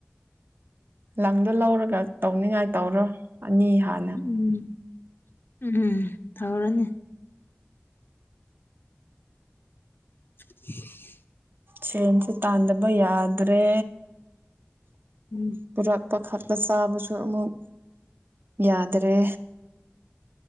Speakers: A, on the right; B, on the left.
A: ꯂꯪꯗꯣ ꯂꯧꯔꯒ ꯇꯧꯅꯤꯡꯉꯥꯏ ꯇꯧꯔꯣ ꯑꯅꯤ ꯍꯥꯟꯅ
B: ꯎꯝ ꯎꯝ ꯇꯧꯔꯅꯤ <inaudible>
A: ꯁꯦꯟꯁꯨ ꯇꯥꯟꯗꯕ ꯌꯥꯗ꯭ꯔꯦ
B: ꯎꯝ
A: ꯄꯨꯔꯛꯄ ꯈꯛꯇ ꯆꯥꯕꯁꯨ ꯑꯃꯨꯛ ꯌꯥꯗ꯭ꯔꯦ